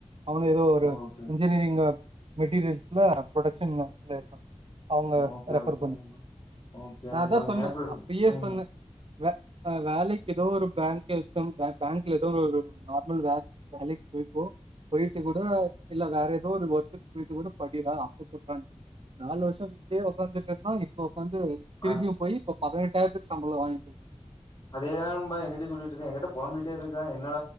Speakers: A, on the right; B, on the left.
A: அவனு ஏதோ ஒரு
B: ஓகே
A: இன்ஜீனியரிங்க மெட்டீரியல்ஸ்ல ப்ரொடக்ஷன் மந்ஸ் ல இருக்கான் அவங்க
B: ஓகே
A: ரெஃபர்
B: ஓகே
A: பண்ணு
B: ஓகே
A: நான்
B: நண்பா
A: தான் சொன்னே
B: ஏ ஃப்ரெண்ட்
A: அப்பியே
B: ம்
A: சொன்னே வே வேலைக்கு ஏதோ ஒரு பேங்க் எக்ஸாம் பேங்க்ல ஏதோ ஒரு நார்மல் வே வேலைக்கு போய்கோ போயிட்டு கூட இல்ல வேற ஏதோ ஒரு ஒர்க்குக்கு போயிட்டு கூட படிறா அப்ப போடுறா நாலு வருஷம்வீட்லே உகாந்து இப்ப ஒக்காந்து திரும்பியும்
B: அத்
A: போய் இப் பதினெட்டாயிரத்துக்கு சம்பளம் வாங்கிட்டு இரு
B: அதேதான் பாய் எங்கிட்டயும் சொல்லிட் என்கிட்ட பொழம்பிட்டே இருக்கான் என்னட